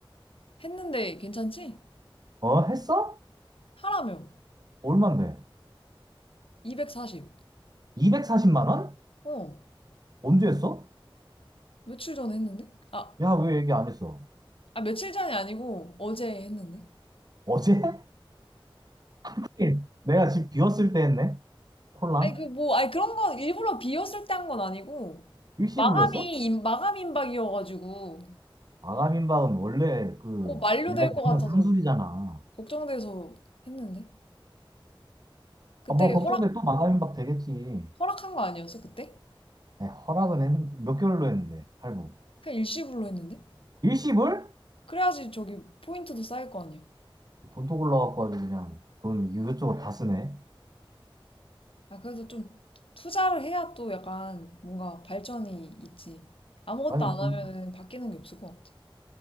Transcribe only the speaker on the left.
했는데 괜찮지?
하라며.
240.
어,
며칠 전에 했는데? 아,
아, 며칠 전이 아니고 어제 했는데?
아니, 그 뭐, 아니 그런 건 일부러 비었을 때 한 건 아니고
마감이,
임- 마감 임박이어가지고
뭐 만료될
것 같아서
걱정돼서 했는데? 그때
허락,
허락한 거 아니었어, 그때?
그냥 일시불로 했는데?
그래야지 저기 포인트도 쌓일 거 아니야.
아, 그래도 좀 투자를 해야 또 약간 뭔가 발전이 있지. 아무것도
안
하면은 바뀌는 게 없을 것 같아.